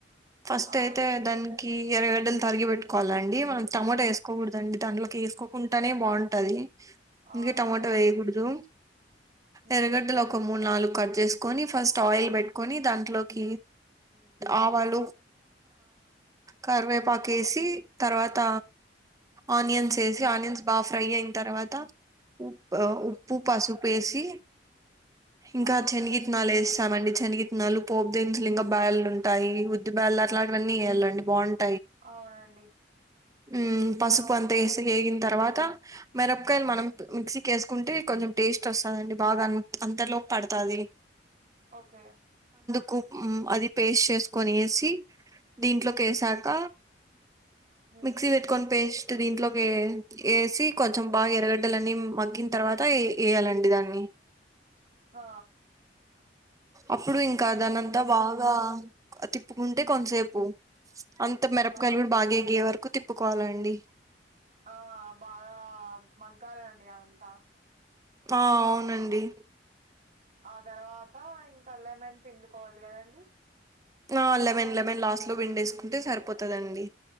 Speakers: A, on the right; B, on the right.
A: ఫస్ట్
B: అవునండి
A: అయితే దానికి ఇరవై గడలు తరిగి పెట్టుకోవాలండి మనం టమమాటా వేసుకోకూడదు డి దానిలోకి వేసుకోకుండానే బాగుంటది
B: ఆ
A: ఇంకా టొమాటో
B: ఆ అవునండి
A: వేయకూడదు
B: ఉమ్
A: ఎరగడ్డలో ఒక మూడు నాలుగు కట్ చేసుకొని ఫస్ట్ ఆయిల్ పెట్టుకొని దాంట్లోకి ఆవాలు
B: ఉమ్
A: కరివేపాక వేసి తర్వాత ఆనియన్స్
B: ఉమ్
A: వేసి ఆనియన్స్ బాగా ఫ్రై అయిన తర్వాత ఉ
B: ఉమ్
A: ఉప్పు పసుపు వేసి ఇంకా
B: ఆ
A: శనగితనాలు వేసి మండి చనిగినాలు పోపు దించలు ఇంకా బయల్లు ఉంటాయి ఉద్ది బయల్లు అలాంటివన్నీ వయాలండి బాగుంట
B: అవునండి
A: ఉ పసుపు అంత వేసి వేగిన తర్వాత మిరపకాయలు మనం
B: ఉమ్
A: మిక్సీకి వేసు కుంటే కొంచెం టేస్ట్ వస్తుందిండి బాగా అంతలోకి పడుతుంది
B: ఓకే
A: కుప్ అది పేస్ట్ చేసుకొని వేసి దీంట్లోకి
B: ఉమ్
A: వేసాక
B: ఉమ్
A: మిక్సీ పేర్కొని పేస్ట్ దీంట్లోకి వేసి కొంచెం బాగా ఎరగడ్డలని మగ్గి తర్వాత వేయాలండి దాన్ని
B: ఆ
A: అప్పుడు ఇంకా దానింతా బాగా తిప్పుకుంటే కొంతసేపు అంత మిరప
B: ఆ
A: కలుడు
B: అండి
A: బాగా ఎయ్యే వరకు తిప్పుకోవాల అండి
B: ఆ బాగా మగ్గాలండి అవంతా
A: ఆ అవునండి.
B: ఆ తర్వాత ఇంక లెమన్ పిండుకోవాలి కదండి.
A: ఆ లెమెన్ లెమెన్ లాస్ట్లో పిండెసుకుంటే సరిపోతదండి.